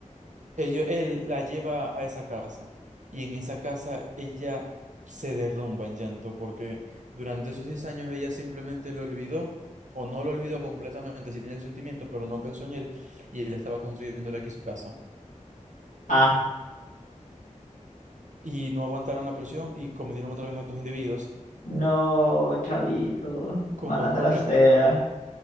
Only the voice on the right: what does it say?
ello- él la lleva a esa casa y en esa casa ella se derrumba en llanto, porque durante esos 10 años ella simplemente lo olvidó o no lo olvidó completamente, sí tenía sus sentimientos, pero no pensó en él y él estaba construyéndole aquí su casa.
y, y no aguantaron la presión y cometieron otra vez actos indebidos,
como
es correcto